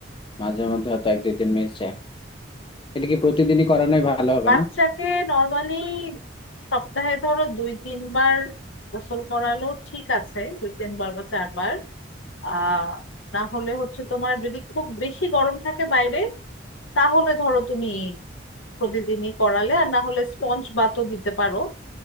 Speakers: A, on the left; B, on the left.
A: মাঝে মধ্যে হয়তো এক দুই দিন মিস যায় এটা কি প্রতিদিনই করানোই ভালো হবে
B: বাচ্চাকে
A: না
B: নর্মালি সপ্তাহে ধরো দুই তিনবার গোসল করালো ঠিক আছে দুই তিনবার বা চারবার আহ না হলে হচ্ছে তোমার যদি খুব বেশি গরম থাকে বাইরে তাহলে ধরো তুমি প্রতিদিনই করালে আর না হলে স্পঞ্জ বাতও দিতে পারো